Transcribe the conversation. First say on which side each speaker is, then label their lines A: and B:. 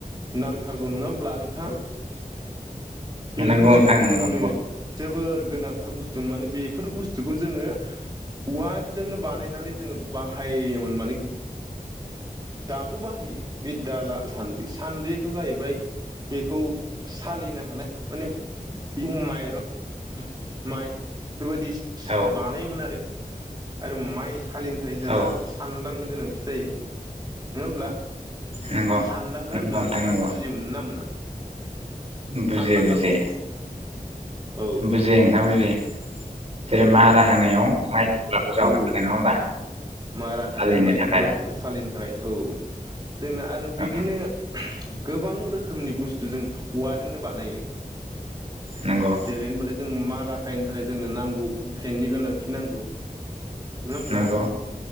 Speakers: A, on the right; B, on the right.
A: नांथारगौ नोङा होमब्ला नोंथां? बेफोर
B: नंगौ नोंथां
A: जाहैबाय जोंनो
B: नंगौ नंगौ
A: जोबोर गोनांथार बुस्थु माने बेफोर बुस्थुखौ जोङो औवाजोंनो बानायनानै जोङो बाहायोमोन माने। दाबो बाहायो बे दाला सान्द्रि सान्द्रिखौ जाहैबाय बेखौ सालिनो हानाय माने माइरं माइ बेफोरबायदि
B: औ
A: बानायोमोन आरो आरो माइस सालिनि थाखाय जोङो
B: औ
A: आरो सानदां गोनां <unintelligible> नोङा होमब्ला
B: नंगौ
A: सानदांगा
B: नंगौ
A: होनब्ला
B: नोंथां
A: नोंथाङा
B: नंगौ
A: बुजि मोनो ना मोना?
B: बुजियो
A: सानदांगाखौ
B: बुजियो
A: औ
B: बुजियो नोंथां बुजियो। जेरै
A: ओ
B: मारा होनायाव माइ गुग्लाखौ जावनो
A: औ
B: थाखाय नङा होमबा?
A: मारा होनायाव
B: हालिनो
A: माइ गुग्लाफोरखौ
B: थाखाय
A: सालि नि थाखाय औ जोंना आरो बिदिनो
B: औ
A: गोबां रोखोमनि बुस्तु जों औवाजोंनो बानायो।
B: नंगौ
A: जेरै होनबाथाय जों मारा खायनो थाखाय जोंनो नांगौ हुखेनि गोनांथि नांगौ नोङा होमब्ला?
B: नंगौ